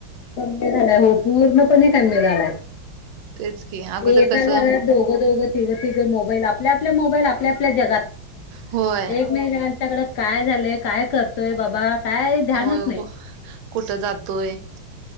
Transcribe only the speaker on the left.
कमी झालाय. हो पूर्णपणे कमी झालाय.
ते एका
घरात दोघ दोघ तिघ तिघ मोबाईल. आपल्या आपल्या मोबाईल आपल्या आपल्या जगात.
एकमेच्याकडे काय झालय, काय करतोय बाबा? काय ध्यानच
नाही.